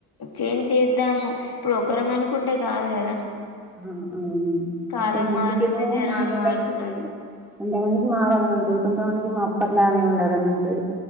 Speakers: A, on the left (about 45°); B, in the centre.
A: చేంజ్ చేద్దాము ఇప్పుడు ఒకరం అనుకుంటే కాదు కదా
B: ఆ అవును కొంతమందికి
A: కాలం మారుతుంది
B: ఏమో
A: జనాలు
B: మారాలని
A: మారుతున్నారు
B: ఉంటది కొంతమందికి మారాలని ఉంటది కొంతమందికేమో అప్పట్లానే ఉండాలని ఉంటది